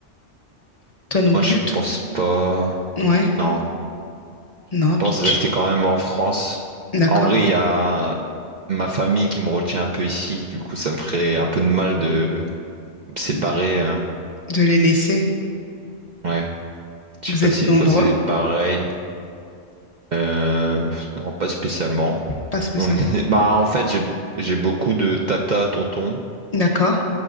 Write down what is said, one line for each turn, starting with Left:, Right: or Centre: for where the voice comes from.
Left: Toi non
Right: Moi,
Left: plus?
Right: je
Left: t-
Right: pense pas.
Left: Ouais,
Right: Non, je
Left: non, tu,
Right: pense rester
Left: tu-
Right: quand même en France.
Left: d'accord.
Right: En vrai, il y a ma famille qui me retient un peu ici, du coup, ça me ferait un peu de mal de me séparer.
Left: De,
Right: euh.
Left: de les laisser.
Right: Ouais, je
Left: Vous
Right: sais pas
Left: êtes
Right: si
Left: nombreux?
Right: toi c'est pareil. Euh... Non, pas spécialement.
Left: Pas spécialement.
Right: On est- <laughs> Bah, en fait, j'ai j'ai beaucoup de tata, tonton.
Left: D'accord.